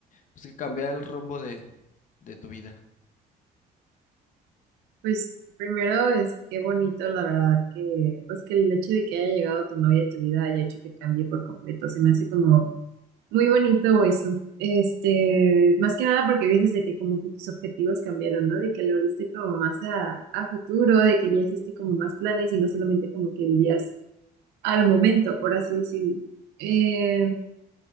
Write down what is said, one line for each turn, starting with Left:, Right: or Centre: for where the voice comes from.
Left: pues que cambiara el rumbo de, de tu vida?
Right: Pues primero es qué bonito, la verdad, que pues que el hecho de que haya llegado tu novia a tu vida haya hecho que cambie por completo, se me hace como muy bonito eso. Este, más que nada porque dices de que como que tus objetivos cambiaron, ¿no? De que lo viste como más a, a futuro, de que ya hiciste como más planes y no solamente como que vivías al momento, por así decirlo. Eh,